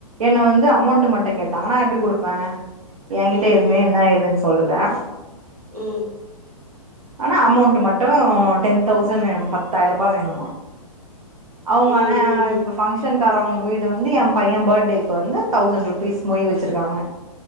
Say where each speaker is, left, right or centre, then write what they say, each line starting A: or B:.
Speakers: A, on the right; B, on the right.
A: என்ன வந்து அமௌண்ட்டு மட்டு கேட்டாங்க நா எப்டி குடுப்பே ஏ கிட்ட
B: ம்
A: எதுவுமே என்ன ஏதுனு சொல்லல
B: ம்
A: ஆனா அமௌண்ட்டு மட்டு டென் தௌசண்ட் வேணு பத்தாயிர ரூபா வேணுமா அவுங்க
B: ம்
A: ஆனா
B: ம்
A: இப்ப பங்க்ஷன்காரவுங்க வீடு வந்து ஏ பையே பர்த்டேக்கு வந்து தௌசண்ட் ரூப்பிஸ் மொய் வச்சுருக்காங்க